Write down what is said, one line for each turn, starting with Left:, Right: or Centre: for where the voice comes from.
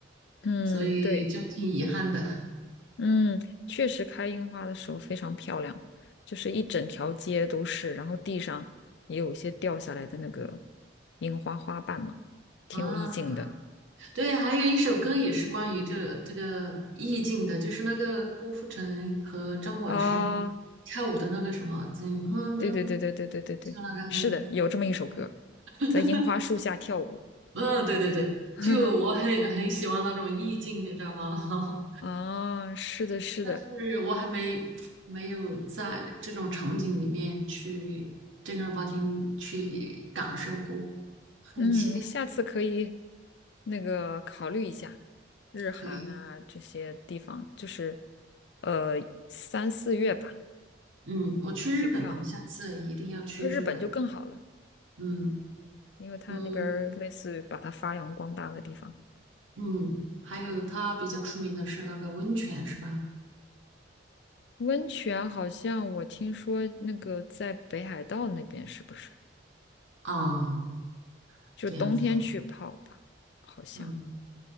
Left: 嗯，
Right: 所以就挺遗憾的
Left: 对，嗯，确实开樱花的时候非常漂亮，就是一整条街都是，然后地上也有一些掉下来的那个樱花花瓣嘛，挺有意境的
Right: 啊。对，还有一首歌也是关于这个这个意境的，就是那个郭富城和张柏芝
Left: 啊。
Right: 跳舞的那个什么，嗯嗯，那诶
Left: 对对对对对对对对，
Right: 就那个对，
Left: 是的，有这么一首歌，
Right: <laughs>
Left: 在樱花树下跳舞。
Right: 嗯对对对，
Left: <laughs>
Right: 就我很很喜欢那种意境，你知道吗？<laughs>
Left: 啊，是的，是的，
Right: 但是我还没没有在这种场景里面去正儿八经去感受过，很期待
Left: 嗯，你下次可以那个考虑一下日韩啊这些地方，
Right: 可以的。
Left: 就是呃三四月吧，
Right: 嗯，我去日本吧，
Left: 挺漂亮。
Right: 下次一定要去日本。
Left: 而日本就更好了，
Right: 嗯
Left: 因为它那边儿类似于把它发扬光大的地方。
Right: 嗯。嗯，还有它比较出名的是那个温泉，是吧？
Left: 温泉好像我听说那个在北海道那边是不是？
Right: 啊，
Left: 就冬天去泡吧，
Right: 这样子啊，
Left: 好像。
Right: 嗯，